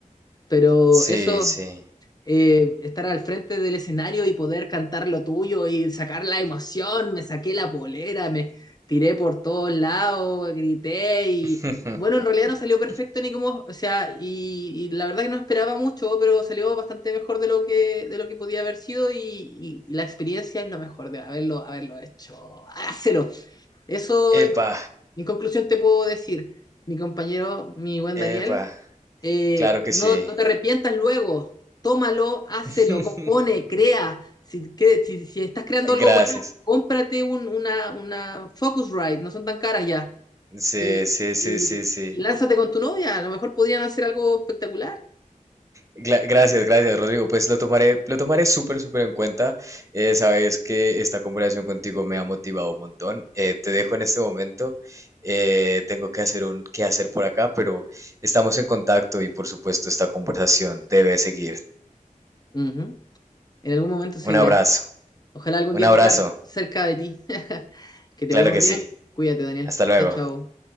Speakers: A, on the left; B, on the right.
A: Pero
B: sí,
A: eso
B: sí.
A: eh, estar al frente del escenario y poder cantar lo tuyo y sacar la emoción, me saqué la polera, me tiré por todos lados, grité y
B: <laughs>
A: bueno, en realidad no salió perfecto ni como, o sea, y, y la verdad que no esperaba mucho, pero salió bastante mejor de lo que, de lo que podía haber sido y, y- y la experiencia es lo mejor de haberlo, haberlo hecho. Hácelo. Eso
B: epa,
A: en, en conclusión te puedo decir, mi compañero, mi buen
B: epa,
A: Daniel, eh,
B: claro que
A: no,
B: sí.
A: no te arrepientas luego, tómalo, hácelo,
B: <laughs>
A: compone, crea. Si, que- si, si estás creando algo
B: Gracias.
A: bueno, cómprate un, una, una Focusrite, no son tan caras ya.
B: Sí,
A: Eh,
B: sí, sí,
A: y,
B: sí, sí.
A: y lánzate con tu novia, a lo mejor podrían hacer algo espectacular.
B: Gla- Gracias, gracias, Rodrigo. Pues lo tomaré, lo tomaré súper, súper en cuenta. Eh, sabes que esta conversación contigo me ha motivado un montón. Eh, te dejo en este momento. Eh, tengo que hacer un qué hacer por acá, pero estamos en contacto y por supuesto esta conversación debe seguir.
A: Ujú. En algún momento seguirá.
B: Un abrazo,
A: Ojalá algún
B: un
A: día
B: abrazo.
A: tocar cerca de ti. <laughs> Que te
B: Claro
A: vaya muy
B: que
A: bien.
B: sí.
A: Cuídate, Daniel.
B: Hasta luego.
A: Chao, chao.